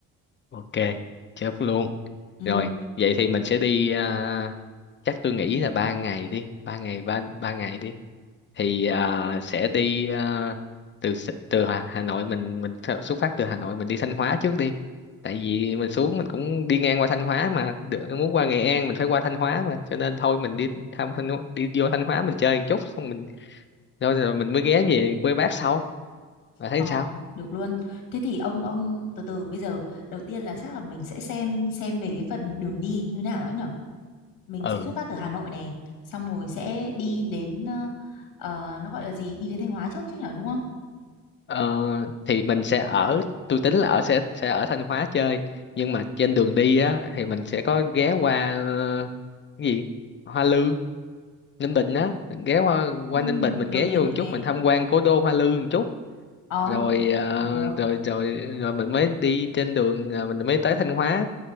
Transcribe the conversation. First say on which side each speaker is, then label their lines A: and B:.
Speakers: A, on the left; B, on the left.
A: ok, chốt luôn.
B: ừ.
A: Rồi, vậy thì mình sẽ đi à, chắc tôi nghĩ là ba ngày đi, ba ngày ba ba ngày đi. Thì à, sẽ đi à, từ S- từ Hà, Hà Nội mình mình th- xuất phát từ Hà Nội mình đi Thanh Hóa trước đi. Tại vì mình xuống mình cũng đi ngang qua Thanh Hóa mà được, muốn qua Nghệ An mình phải qua Thanh Hóa mà, cho nên thôi mình đi thăm Thanh Hóa- đi vô Thanh Hóa mình chơi một chút xong mình rồi, rồi mình mới ghé về quê bác sau. Bạn thấy
B: Ờ,
A: sao?
B: được luôn. Thế thì ông ông từ từ bây giờ đầu tiên là chắc là mình sẽ xem xem về cái phần đường đi như nào ấy nhở. Mình
A: Ừ.
B: sẽ xuất phát từ Hà Nội này, xong rồi sẽ đi đến ờ, ờ, nó gọi là gì? Đi đến Thanh Hóa trước chứ nhở đúng không?
A: Ờ, thì mình sẽ ở tôi tính là ở sẽ sẽ ở Thanh Hóa chơi nhưng mà trên đường đi á thì mình sẽ có ghé qua ờ, cái gì Hoa Lư Ninh Bình á ghé qua qua
B: Ừ,
A: Ninh Bình mình
B: được
A: ghé
B: này,
A: vô
B: được
A: một chút
B: này.
A: mình tham quan cố đô Hoa Lư một chút
B: Ờ,
A: rồi ờ,
B: được.
A: rồi rồi rồi mình mới đi trên đường ờ, mình mới tới Thanh Hóa